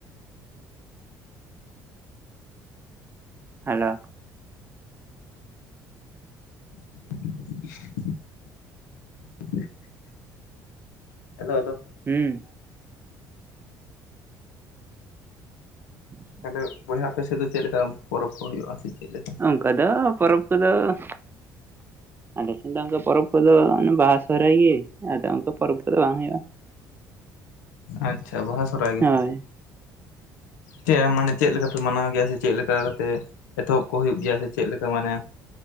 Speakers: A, on the right; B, on the left.
A: Hello.
B: <inaudible> Hello hello.
A: ᱦᱩᱸ᱾ ᱦᱩᱸ᱾
B: ᱛᱟᱦᱚᱞᱮ ᱵᱚᱭᱦᱟ ᱟᱯᱮ ᱥᱮᱫ ᱫᱚ ᱪᱮᱫ ᱞᱮᱠᱟ ᱯᱚᱨᱚᱵᱽ ᱠᱚ ᱦᱩᱭᱩᱜᱼᱟ ᱥᱮ ᱪᱮᱫ ᱞᱮᱠᱟ?
A: ᱟᱞᱮ ᱦᱚᱸ ᱯᱚᱨᱚᱵᱽ ᱠᱚᱫᱚ ᱟᱞᱮᱥᱮᱫ ᱫᱚ ᱚᱱᱠᱟ ᱯᱚᱨᱚᱵᱽ ᱠᱚᱫᱚ ᱵᱟᱦᱟ ᱥᱚᱦᱚᱨᱟᱭ ᱜᱮ ᱟᱫᱚ ᱚᱱᱠᱟ ᱯᱚᱨᱚᱵᱽ ᱠᱚᱫᱚ ᱵᱟᱝ ᱦᱩᱭᱩᱜᱼᱟ᱾
B: ᱟᱪᱪᱷᱟ᱾ ᱵᱟᱦᱟ ᱥᱚᱦᱚᱨᱟᱭ ᱜᱮ᱾
A: ᱦᱳᱭ
B: ᱡᱮ ᱢᱟᱱᱮ ᱪᱮᱫ ᱞᱮᱠᱟ ᱯᱮ ᱢᱟᱱᱟᱣ ᱜᱮᱭᱟ ᱥᱮ ᱪᱮᱫ ᱞᱮᱠᱟ ᱠᱟᱛᱮ? ᱮᱛᱚᱦᱚᱵ ᱠᱚ ᱦᱩᱭᱩᱜ ᱜᱮᱭᱟ ᱥᱮ ᱪᱮᱫ ᱞᱮᱠᱟ ᱢᱟᱱᱮ